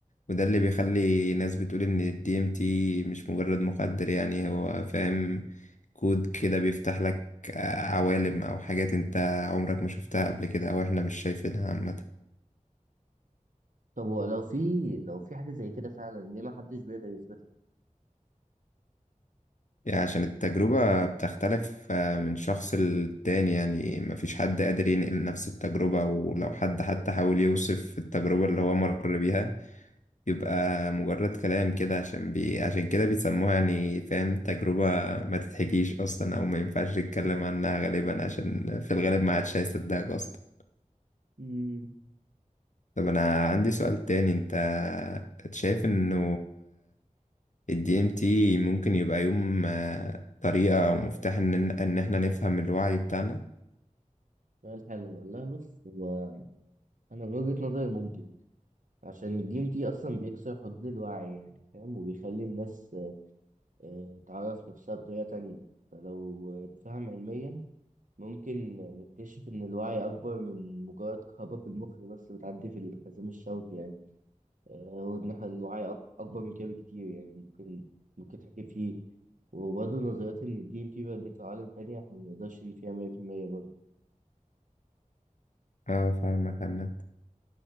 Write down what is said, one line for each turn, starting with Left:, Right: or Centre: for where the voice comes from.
Left: وده اللي بيخلي ناس بتقول إن ال DMT مش مجرد مخدر يعني هو فاهم كود كده بيفتح لك آه، عوالم أو حاجات أنت عمرك ما شفتها قبل كده أو إحنا مش شايفينها عامة
Right: طب هو لو في لو في حاجة زي كده فعلا ليه ما حدش بيقدر يثبتها؟
Left: يعني عشان التجربة بتختلف آه، من شخص للتاني يعني مفيش حد قادر ينقل نفس التجربة ولو حد حتى حاول يوصف التجربة اللي هو مر بيها يبقى مجرد كلام كده عشان بي... عشان كده بيسموها يعني فاهم تجربة ما تتحكيش أصلا أو ما ينفعش تتكلم عنها غالبا عشان في الغالب ما عادش هيصدقك أصلا
Right: امم
Left: طب أنا عندي سؤال تاني أنت شايف إنه الدي ام تي ممكن يبقى يوم آه، طريقة أو مفتاح إن إن إحنا نفهم الوعي بتاعنا؟
Right: سؤال حلو والله بص هو أنا من وجهة نظري ممكن عشان الدي ام تي أصلا بيكسر حدود الوعي يعني فاهم وبيخلي الناس آه، تعرف نفسها بطريقة تانية فلو اتفهم علميا ممكن نكتشف إن الوعي أكبر من مجرد كهرباء في المخ بس بتعدي في الحزام الشوكي يعني آه، وإن إحنا الوعي أك- أكبر من كده بكتير يعني ممكن ممكن تحكي فيه وبرضه نظريات إن الدي إم تي بيوديك لعوالم تانية إحنا منقدرش إن فيها مية في المية برضه
Left: اه فاهمك عامة